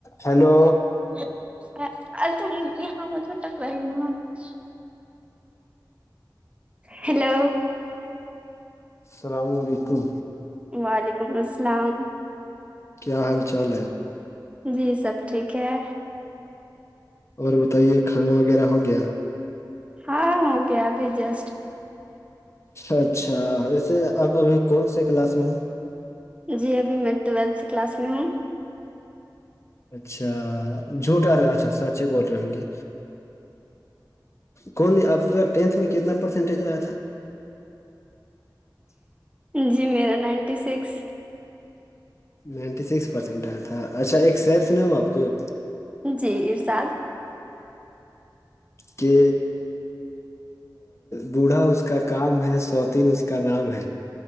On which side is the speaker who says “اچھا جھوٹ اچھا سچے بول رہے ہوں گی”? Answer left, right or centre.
Left